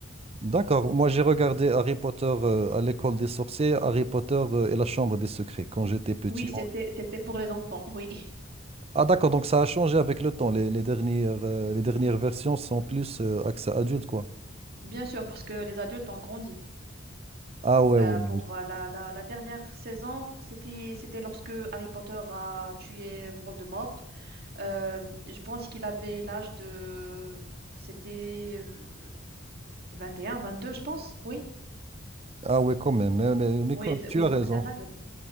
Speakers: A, on the right (about 30°); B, on the right (about 50°).
A: D'accord, moi j'ai regardé Harry Potter euh, à l'école des sorciers, Harry Potter euh, et la chambre des secrets quand j'étais petit.
B: Oui, c'était,
A: on-
B: c'était pour les enfants, oui. <laughs>
A: Ah d'accord, donc ça a changé avec le temps. Les, les dernières, euh, les dernières versions sont plus euh, accès adulte, quoi.
B: Bien sûr, parce que les adultes ont grandi.
A: Ah ouais,
B: Euh,
A: ouais.
B: pour euh, la, la, la dernière saison, c'était, c'était lorsque Harry Potter a tué Voldemort. Euh, je pense qu'il avait l'âge de... C'était euh, vingt et un vingt deux je pense. Oui,
A: Ah ouais, quand même. hein, Mais, mais
B: oui,
A: quand-
B: c'est-
A: tu
B: oui.
A: as
B: Donc
A: raison.
B: c'est un adulte.